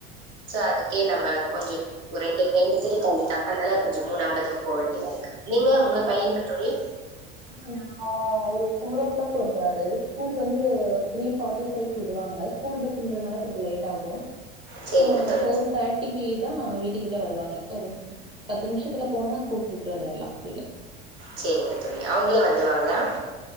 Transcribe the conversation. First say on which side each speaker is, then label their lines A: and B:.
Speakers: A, on the right; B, on the right.
A: சாடி ஏ நம்ம கொஞ்ச ஒரு ரெண்டு தெரு தள்ளிதான் அதனால கொஞ்சம் மூணு அம்பதுக்கு போ வேண்டி தா இருக்கு நீங்க உங்க பையனுக்கு தோழி
B: ஆஹ் ந ஒரு போரோ ஓ கிளாக் வருவாரு ஸ்கூல் வந்து த்ரீ பார்டி பை கு விடுவாங்க ஸ்கூல் பஸ்ன்றதுனால கொஞ்சம் லேட் ஆகும்
A: சேரிங்க
B: ஆஹ்
A: தோழி
B: போர் தேர்ட்டிக்கி தா வீட்டுக்கிட்ட வருவாங்க ஒரு பத்து நிமிஷத்துல போனா கூட்டிட்டு வந்தர்லா கீழ
A: சேரிங்க தோழி அவுங்களே வந்துருவாங்ளா